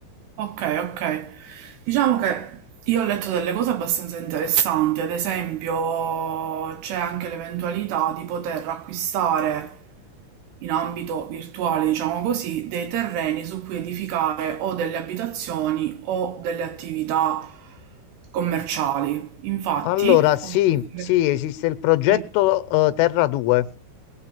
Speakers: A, on the right; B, on the left.
A: Okay, okay. Diciamo che io ho letto delle cose abbastanza interessanti, ad esempio c'è anche l'eventualità di poter acquistare in ambito virtuale, diciamo così, dei terreni su cui edificare o delle abitazioni o delle attività commerciali. Infatti,
B: Allora, sì,
A: ho visto
B: sì,
A: le-
B: esiste il progetto
A: sì,
B: eh, Terra 2.